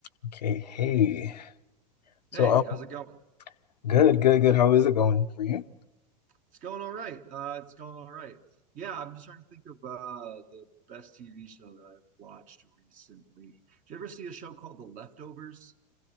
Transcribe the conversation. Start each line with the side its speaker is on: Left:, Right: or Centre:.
Left: Okay, hey. So,
Right: Hey,
Left: um,
Right: how's it going?
Left: good, good, good. How is it going for you?
Right: It's going all right. Uh, it's going all right. Yeah, I'm just trying to think of uh, the best TV show that I've watched recently. Did you ever see a show called The Leftovers?